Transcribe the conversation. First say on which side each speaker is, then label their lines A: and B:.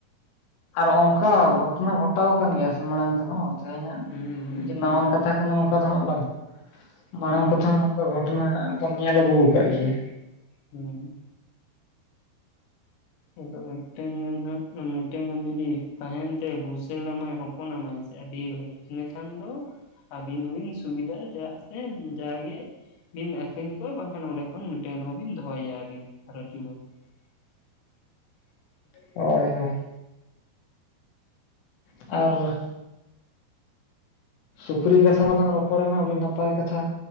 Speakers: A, on the left; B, on the left.
A: ᱟᱨ ᱚᱝᱠᱟ ᱜᱷᱚᱴᱚᱱᱟ ᱜᱷᱚᱴᱟᱣ ᱠᱟᱱ ᱜᱮᱭᱟ ᱥᱮ ᱢᱟᱲᱟᱝ ᱛᱮ ᱦᱚᱸ᱾ ᱛᱮᱦᱮᱧᱟᱜ
B: ᱦᱩᱸ ᱦᱩᱸ
A: ᱡᱮ
B: ᱦᱩᱸ
A: ᱱᱟᱣᱟᱱ ᱠᱟᱛᱷᱟ ᱠᱟᱱᱟ ᱚᱱᱠᱟ ᱫᱚ ᱦᱟᱸᱜ ᱵᱟᱝᱟ ᱢᱟᱲᱟᱝ
B: ᱦᱩᱸ
A: ᱠᱚ ᱛᱮ ᱦᱚᱸ ᱠᱚ ᱜᱷᱚᱴᱚᱱᱟ ᱦᱟᱸᱜ ᱵᱚᱱ ᱧᱮᱞ ᱟᱹᱜᱩ ᱠᱟᱜ ᱜᱮᱭᱟ᱾
B: ᱦᱩᱸ ᱟᱫᱚ ᱢᱤᱫᱴᱟᱝ ᱜᱟᱱ ᱦᱟᱸᱜ ᱢᱤᱫᱴᱮᱱ ᱜᱟᱱ ᱡᱩᱫᱤ ᱛᱟᱦᱮᱱ ᱛᱮ ᱵᱷᱩᱥᱟᱹᱲᱟᱢᱟᱭ ᱦᱚᱯᱚᱱᱟᱢᱟᱭ ᱥᱮ᱾ ᱟᱹᱰᱤ ᱵᱷᱟᱹᱜᱤ ᱤᱱᱟᱹᱠᱷᱟᱱ ᱫᱚ ᱟᱹᱵᱤᱱ ᱦᱚᱸᱵᱤᱱ ᱥᱩᱵᱤᱫᱟᱜᱼᱟ ᱪᱮᱫᱟᱜ ᱥᱮ ᱡᱟᱜᱮ ᱵᱤᱱ ᱟᱠᱷᱨᱤᱧ ᱠᱚᱣᱟ ᱵᱟᱝᱠᱷᱟᱱ ᱚᱸᱰᱮ ᱠᱷᱚᱱ ᱢᱤᱫᱴᱮᱱ ᱨᱮᱦᱚᱸ ᱵᱤᱱ ᱫᱚᱦᱚᱭᱮᱭᱟ ᱟᱹᱵᱤᱱ ᱨᱟᱹᱪᱩᱣᱟᱹ᱾ <inaudible>
A: ᱦᱳᱭ ᱦᱳᱭ ᱟᱨ ᱥᱩᱠᱨᱤ ᱠᱟᱛᱷᱟ ᱢᱟᱞᱟᱝ ᱨᱚᱯᱚᱲ ᱮᱱᱟ ᱟᱹᱰᱤ ᱱᱟᱯᱟᱭ ᱠᱟᱛᱷᱟ᱾